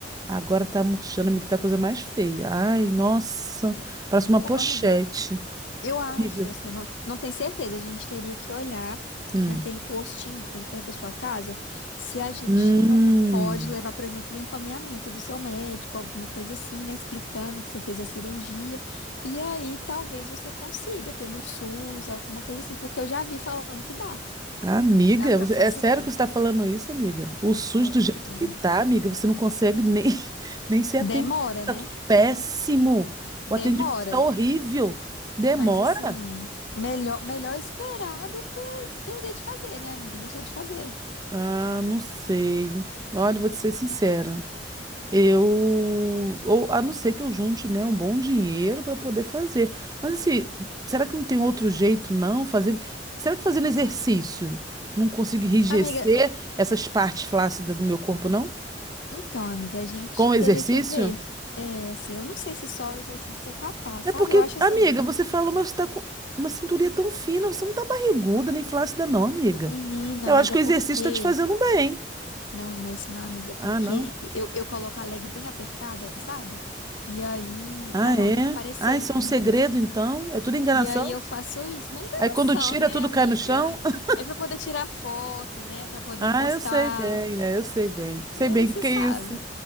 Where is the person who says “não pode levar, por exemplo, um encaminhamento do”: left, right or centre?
Left